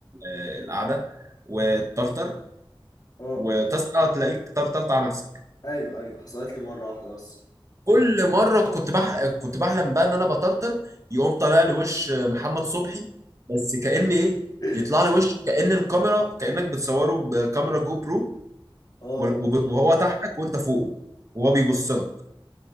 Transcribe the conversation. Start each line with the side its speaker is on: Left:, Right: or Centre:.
Right: آه، القعدة وتطرطر
Left: اه اه
Right: وتصحى تلاقيك طرطرت على نفسك
Left: ايوه ايوه حصلت لي مرة واحدة بس
Right: كل مرة كنت بح... كنت بحلم بقى ان انا بطرطر يقوم طالع لي وش محمد صبحي بس كأن ايه
Left: <laughs>
Right: يطلع لي وشه كأن الكاميرا كأنك بتصوره بكاميرا جو برو
Left: اه
Right: وب- وهو تحتك وانت فوقه وهو بيبص لك